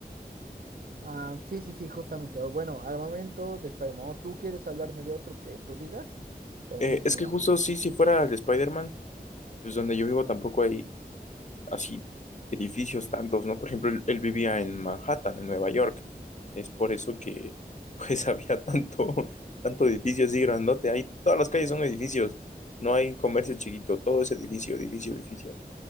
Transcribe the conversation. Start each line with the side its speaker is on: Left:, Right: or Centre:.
Right: Ah, sí, sí, sí, justamente. O bueno, al momento de Spider-Man, ¿o ¿tú quieres hablarme de otro que tú digas? Por
Left: Eh,
Right: mí,
Left: es
Right: genial.
Left: que justo sí, si fuera el de Spider-Man, pues donde yo vivo tampoco hay así edificios tantos, ¿no? Por ejemplo, él, él vivía en Manhattan, en Nueva York. Es por eso que, pues, <laughs> había tanto, tanto edificio así grandote. Ahí todas las calles son edificios. No hay comercio chiquito. Todo es edificio, edificio, edificio.